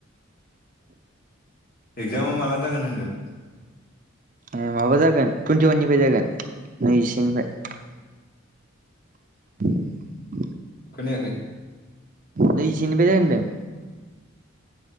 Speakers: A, on the left (about 45°); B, on the right (about 40°).
A: एगजामा माला जागोन होनदों?
B: ए माबा जागोन टुइन्टिवाननिफाय जागोन, नैजिसेनिफाय। <inaudible>
A: खोनायाखै?
B: नैजिसेनिफाय जागोन होनदों।